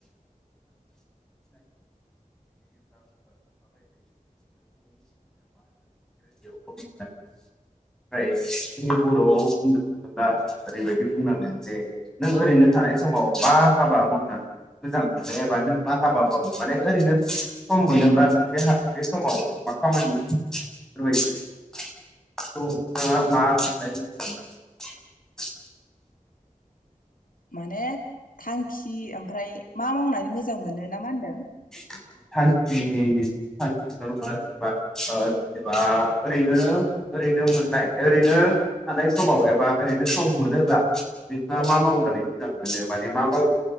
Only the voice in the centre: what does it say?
ओ <unintelligible> हबि होननानै बुङो ओमफ्राय जों बर'आव बुंनो थाङोब्ला ओरैबायदि बुंनांगोन जे नों ओरैनो थानाय समाव मा हाबा मावनानै मोजां मोनो एबा नों मा हाबा मावो माने ओरैनो सम मोनोब्ला नों बे -बे समाव मा खामानि बेफोरबायदि। <unintelligible>
थांखि थांखिल' नङा जेनेबा ओ जेनेबा ओरैनो ओरैनो मोननाय ओरैनो थानाय समाव एबा ओरैनो नोंथाङा
मा मावनानै मोजां मोनो मा ने मा मावो